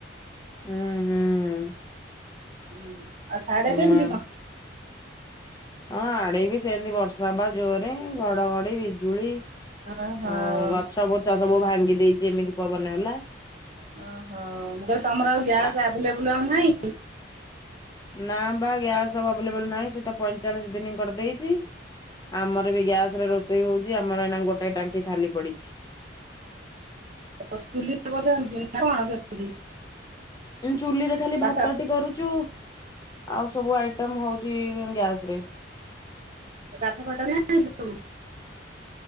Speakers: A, on the left; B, on the right.
A: ଉଁ ହୁଁ। ହୁଁ।
B: ହୁଁ ଆଉ ସ୍ୟାଢେ କେମତି
A: ମା
B: କଣ?
A: ହଁ ଆଡେ ବି ସେମତି ବର୍ଷା ପା ଜୋରେ ଘଡଘଡି ବିଜୁଳି
B: ଓହୋ
A: ଆଉ ଗଛ ଫୁଛ ସବୁ ଭାଙ୍ଗି ଦେଇଚି ଏମିତି ପବନ ହେଲା।
B: ଓହୋ ମୁଁ କହିଲି ତମର ଆଉ ଗ୍ୟାସ
A: ଆ
B: ଆଭେଲେବୁଲ ଆଉ ନାହିଁ।
A: ନା ପା ଗ୍ୟାସ ସବୁ ଆଭେଲେବୁଲ ଆଉ ନାହିଁ ସିଏ ତ ପଇଁଚାଳିଶ ଦିନ କରିଦେଇଚି। ଆମର ବି ଗ୍ୟାସରେ ରୋଷେଇ ହୋଉଚି ଆମର ଏଇନା ଗୋଟେ ଟାଙ୍କି ଖାଲି ପଡିଛି।
B: <inaudible> ଚୁଲିରେ ବୋଧେ ହୋଉଚି ନା କଣ କେମିତି।
A: ଚୁଲିରେ ଖାଲି
B: କାଠ
A: ଭାତଟି କରୁଚୁ। ଆଉ ସବୁ ଆଇଟମ ହୋଉଚି ଗ୍ୟାସରେ।
B: ଏ କାଠ ଫାଡ ନା ନାଇ ସବୁ